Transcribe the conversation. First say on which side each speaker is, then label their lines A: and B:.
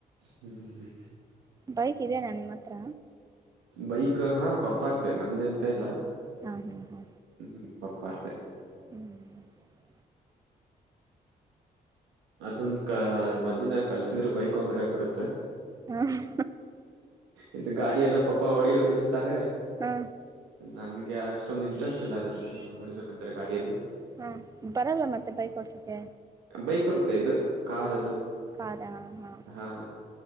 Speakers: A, on the right; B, on the right.
A: ಹ್ಮ್
B: ಬೈಕ್ ಇದೇನಾ ನಿಮ್ಮ ಹತ್ರ
A: ಬೈಕ್ ಹಾ ಪಪ್ಪಾರ್ದ ನಂದೇ ಅಂತ ಇಲ್ಲಾ
B: ಹಾ ಹಾ ಹಾ
A: ಹ್ಮ್ ಪಾಪರ ದೇ
B: ಹ್ಮ್
A: ಅದೊಂದ ಕ ಮಧ್ಯದಲಿ ಕಲ್ಸಿದ್ರು ಬೈಕ್ ಒಂದ್ ಹೊಡಕ್ ಬರುತ್ತೆ
B: ಹ್ಮ್
A: ಇದು ಗಾಡಿ ಎಲ್ಲ ಪಪ ಹೊಡಿ ಹೊಡಿ ಅಂ ತಾರೆ
B: ಹಾ
A: ನನ್ಗೆ ಅಷ್ಟೊಂದು ಇಂಟ್ರೆಸ್ಟ್ ಇಲ್ಲ ಅದ್ರ ಹೊಡಿಬೇಕಂತಲ್ಲ ಗಾಡಿಯದ್ದು
B: ಹಾ ಬರಲ್ಲ ಮತ್ತೆ ಬೈ ವೋಡ್ಸಕ್ಕೆ
A: ಬೈಕ್ ಬರುತ್ತೆ ಇದು ಕಾರ್ ಅದು
B: ಕಾರ ಓಕೆ
A: ಹಾ